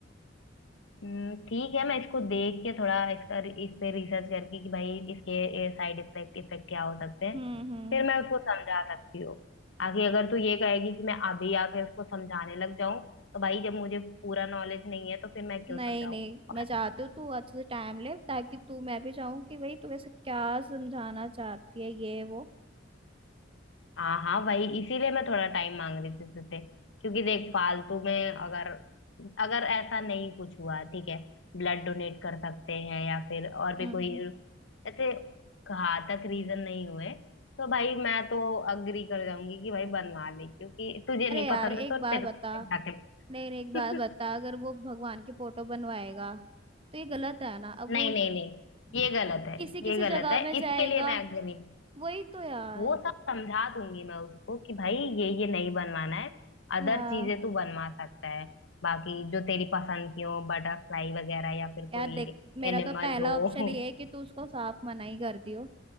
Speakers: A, on the left; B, on the right.
A: हम्म, ठीक है मैं इसको देख के थोड़ा इसका इस पे रिसर्च करके कि भाई इसके साइड इफेक्ट इफेक्ट क्या हो सकते हैं
B: हम्म हम्म
A: फिर मैं उसको समझा सकती हूँ आगे अगर तू ये कहेगी कि मैं अभी आके उसको समझाने लग जाऊं तो भाई जब मुझे पूरा नॉलेज नहीं है तो फिर मैं क्यों
B: नहीं
A: समझाऊं
B: नहीं
A: और
B: मैं चाहती हूँ तू अच्छे से टाइम ले ताकि तू मैं भी चाहूँ कि भाई तू ऐसे क्या समझाना चाहती है ये वो
A: हाँ हाँ वही इसीलिए मैं थोड़ा टाइम मांग रही थी तुझसे क्योंकि देख फालतू में अगर अगर ऐसा नहीं कुछ हुआ ठीक है ब्लड डोनेट कर सकते हैं या फिर और भी
B: हम्म
A: कोई
B: हम्म।
A: ऐसे घातक रीजन नहीं हुए तो भाई मैं तो अग्री कर जाऊंगी कि भाई बनवा ले क्योंकि तुझे नहीं
B: अरे यार
A: पसंद
B: एक
A: है तो
B: बात
A: तेरे
B: बता
A: को हटा के
B: नहीं नहीं
A: ले
B: एक बात बता
A: <laughs>
B: अगर वो भगवान की फोटो बनवाएगा तो ये गलत है ना अब
A: नहीं
B: वो
A: नहीं नहीं
B: वो
A: ये गलत है
B: किसी किसी
A: ये गलत
B: जगह
A: है
B: में जाएगा
A: इसके लिए मैं अग्री हूँ
B: वही तो यार
A: वो सब समझा दूंगी मैं उसको कि भाई ये ये नहीं बनवाना है अदर
B: हाँ
A: चीजें तू बनवा सकता है बाकी जो तेरी पसंद की हो बटरफ्लाई वगैरह या फिर कोई
B: यार देख मेरा
A: एनिमल
B: तो पहला
A: हो
B: ऑप्शन
A: <laughs>
B: ये है कि तू उसको साफ मना ही कर दियो